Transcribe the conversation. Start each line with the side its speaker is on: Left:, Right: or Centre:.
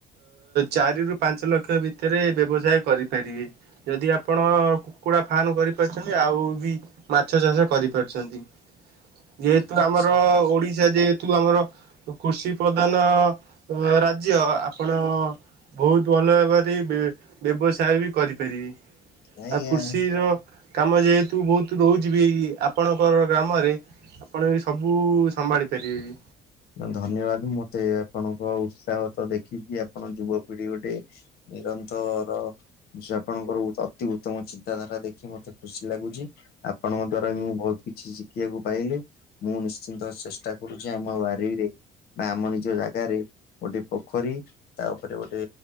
Right: ଚାରିରୁ ପାଞ୍ଚ ଲକ୍ଷ ଭିତ ଭିତରେ ବ୍ୟବସାୟ କରିପାରିବେ। ଯଦି ଆ ଆପଣ କୁକୁଡ଼ା ଫାର୍ମ କରିପାରୁଚନ୍ତି ଆଉ ବି ମାଛ ଚାଷ କରିପାରୁଚନ୍ତି। ଯେହେତୁ
Left: ଆଚ୍ଛା
Right: ଆମର ଓଡିଶା ଯେହେତୁ ଆମର କୃଷି ପ୍ରଧାନ ରାଜ୍ୟ। ଆପଣ ବହୁତ ଭଲ ଭାବରେ ବ୍ୟବସାୟ ବି କରିପାରିବେ।
Left: ଆଜ୍ଞା।
Right: ଆଉ କୃଷି ର କାମ ଯେହେତୁ ବହୁତ ରହୁଚି ବି ଏଇ ଆ ପଣଙ୍କର ଗ୍ରାମରେ ଆପଣ ଏ ସବୁ ସମ୍ଭାଳି ପାରିବେ ବି।
Left: ଧନ୍ୟବାଦ ମତେ ଆପଣଙ୍କ ଉତ୍ସାହ ତ ଦେଖିକି ଆପଣ ଯୁବପିଢି ଗୋଟେ ନିରନ୍ତର ଆପଣଙ୍କର ଅତି ଉତ୍ତମ ଚିନ୍ତାଧାରା ଦେଖି ମତେ ଖୁସି ଲାଗୁଚି। ଆପଣଙ୍କ ଦ୍ଵାରା ବି ମୁଁ ବହୁତ କିଛି ଶିଖିବାକୁ ପାଇଲି। ମୁଁ ନିଶ୍ଚିନ୍ତ ଚେଷ୍ଟା କରୁଚି ଆମ ଵାରିରେ ବା ଆମ ନିଜ ଜାଗାରେ ଗୋଟେ ପୋଖରୀ ତାପରେ ଗୋଟେ